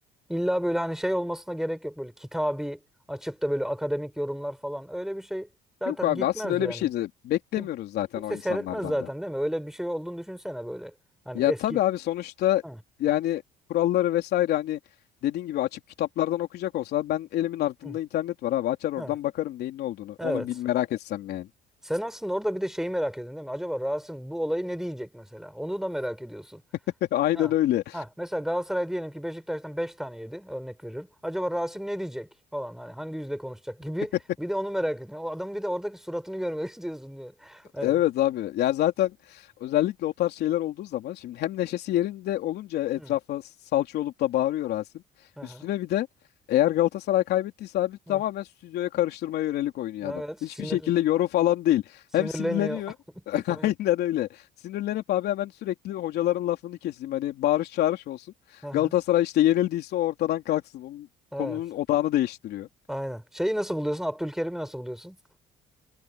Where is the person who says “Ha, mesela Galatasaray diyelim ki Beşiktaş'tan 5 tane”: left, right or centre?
Centre